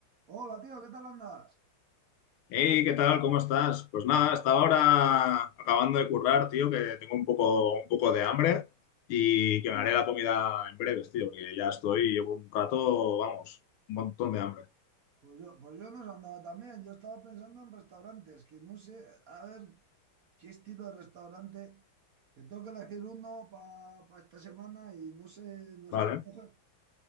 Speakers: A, on the right (about 55°); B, on the left (about 80°).
A: Hola, tío, ¿qué tal andas?
B: Hey, ¿qué tal? ¿Cómo estás? Pues nada, estaba ahora acabando de currar, tío, que tengo un poco, un poco de hambre y
A: Mm.
B: que me haré la comida en breves, tío, porque ya estoy, llevo un rato, vamos, un montón de hambre.
A: Pues yo, pues yo no os andaba también. Yo estaba pensando en restaurantes, que no sé, a ver qué estilo de restaurante, que tengo que elegir uno para esta semana y no sé, no
B: Vale,
A: sé cómo coger.